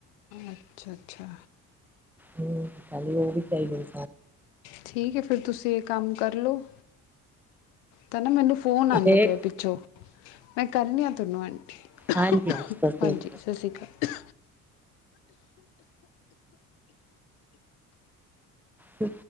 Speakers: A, on the left; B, in the centre.
A: ਅੱਛਾ-ਅੱਛਾ
B: ਹਮ, ਕੱਲ ਯੋਗੀ ਚਈ ਸ ਨੂੰ
A: ਠੀਕ ਹੈ ਫੇਰ, ਤੁਸੀਂ ਇਹ ਕੰਮ ਕਰਲੋ। ਤਾਂ ਨਾ ਮੈਨੂੰ ਫ਼ੋਨ ਆਉਂਦਾ
B: ਦੇਖ
A: ਪਿਆ ਪਿੱਛੋਂ। ਮੈਂ ਕਰਨੀ ਹਾਂ ਤੁਹਾਨੂੰ ਆਂਟੀ।
B: ਹਾਂਜੀ ਹਾਂਜੀ ਦੱਸੋ
A: ਹਾਂਜੀ। ਸਤਿ ਸ਼੍ਰੀ ਅਕਾਲ।
B: ਠੀ